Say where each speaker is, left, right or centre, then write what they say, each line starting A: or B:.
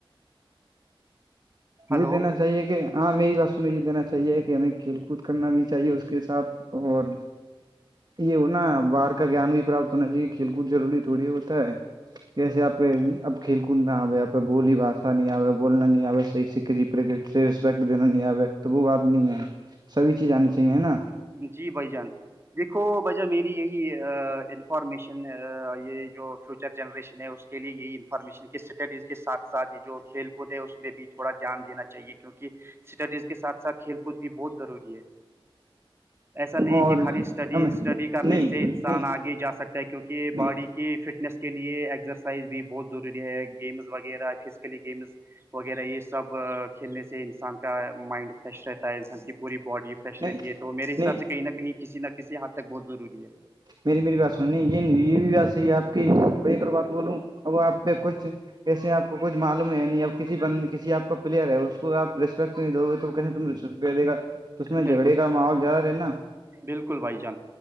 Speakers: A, on the right (about 25°); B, on the right (about 45°).
A: ہلو
B: جی دین چاہیے کہ ہاں میری بات سنیں یہ دینا چاہیے کہ ہمیں کھیل کود کرنا بھی چاہیے اس کے ساتھ اور یہ ہوناا باہر کا جان بھی پراپت ہونا چاہیے کھیل کود روری تھوڑی ہوتا ہے جسے آپ کے اب کھیل کود نہ آئےے آ پ بولی با نہیں آے بولنا نہیں آے صحیح سکھی رسپیکٹ دا نہیں آے تو وہ بات نہیں ہے سبھی چیز آنی چاہیے ہے نا
A: جی بھائی جان دیکھو وجہ میری یہی انفارمیشن یہ جو فیوچر جنریشن ہے اس کے لیے یہ انفارمیشن کے اسٹڈیز کے سھ ساتھ ہی جو کھیل کود ہے اس میں بھی تھوڑا دھیان دینا چاہیے کیونکہ اسٹڈیز کے ساتھ ساتھ کھیل کود بھی بہت ضروری ہے ایسا نہیں ہے
B: اور
A: کہ خالی اسٹڈی
B: ہمیں
A: اسٹڈی
B: نہیں
A: کرنے سے انسان
B: نہیں
A: آگے جا سکے کیونکہ
B: نہیں
A: باڈی کی فٹنس کے لیے ایکسرسائز بھی بہت ضروری ہے گیمز وغیرہ فزیکلی گیمز وغیرہ یہ سب کھیلنے سے انسان کا مائنڈ فریش رہتا ہے انسان کی پوری باڈی فریش
B: نہیں
A: رہتی ہے تو میرے حساب
B: نہیں
A: سے کہیں نہ کہیں کسی نہ کسی حدھ تک بہت ضروری ہے
B: میری میری بات سن یہ نہیں یہ بھی بات صحی ہے آپ کیڑ بات بولوں اب آپ پہ کچھ کیسے آپ کو کچھ معلوم ہے نہیں کسی ب کسی آپ کا پلیئر ہے اس کوپ رسپیکٹ دو گے تو کہسے تم چدے دےا
A: ہے
B: اس میں جھگڑے
A: بالکل
B: کا ماحول زیادہ رہ نا
A: بالکل بھائی جان